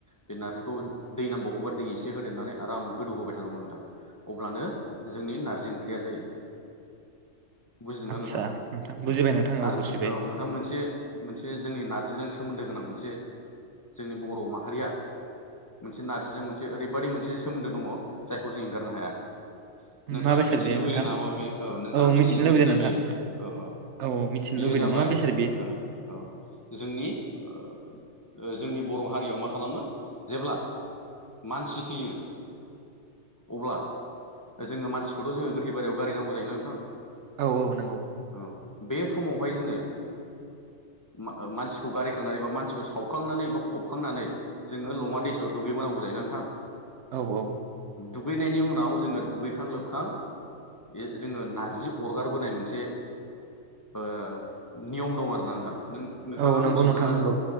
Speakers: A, on the left; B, on the right.
A: बे नार्जिखौ दै नांबावगौबा दै एसे होदेरनानै आराम गोदौ होबाय थानांगौ नोंथां। अब्लानो जोंनि नारजि ओंख्रिया जायो। बुजिदोंना
B: आदसा
A: नोंथां?
B: नोंथां बुजिबाय
A: औ
B: नोंथां
A: आरो
B: बुजिबाय
A: बि औ नोंथांमोन मोनसे मोनसे जोंनि नार्जिजों सोमोन्दो गोनां मोनसे जोंनि बर' माहारिया मोनसे नारजिजों मोनसे ओरैबादि मोनसे सोमोन्दो दङ जायखौ जों एंगारनो हाया। नोंथाङा
B: मा बेसाद
A: मिथिनो
B: बे
A: लुबगैदों
B: नोंथां
A: नामा बे ओ नोंथाङा
B: औ
A: मिथिनो लुुबैदों
B: लुबैदों
A: दा
B: नोंथां
A: बियो ओ औ।
B: औ मिथिनो
A: बेयो
B: लुबैदों
A: जाबाय
B: मा बेसाद बेयो
A: औ औ जोंनि ओ जोंनि बर' हारियाव मा खालामो जेब्ला मानसि थैयो अब्ला जोङो मानसिखौथ' जोङो गोथै बारियाव गारहैनांगौ जायोना नोंथां।
B: औ औ नंगौ।
A: औ बे समावहाय जोङो मा-मानसिखौ गारहैखांनानै बा मानसिखौ सावखांनानै बा फबखांनानै जोङो लङा दैसायाव दुगैबोनांगौ जायो ना नोंथां।
B: औ औ।
A: दुगैनायनि उनाव जोङो दुगैखां लोबखां ए जोङो नारजि अरगारबोनाय मोनसे ओ नियम दं आरोना नोंथां। नों-नोंथाङा
B: औ नंगौ
A: मिथिगौदां
B: नोंथां
A: ना
B: नंगौ
A: बेखौ